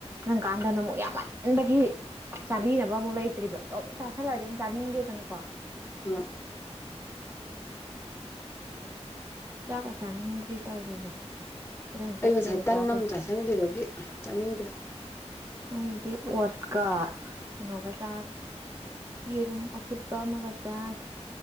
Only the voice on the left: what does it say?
ꯎ
ꯑꯩ
ꯉꯁꯥꯏ
ꯇꯟꯅ
ꯑꯃꯥ ꯆꯥꯁꯤꯟꯈꯤꯕꯒꯤ ꯆꯥꯅꯤꯡꯗꯦ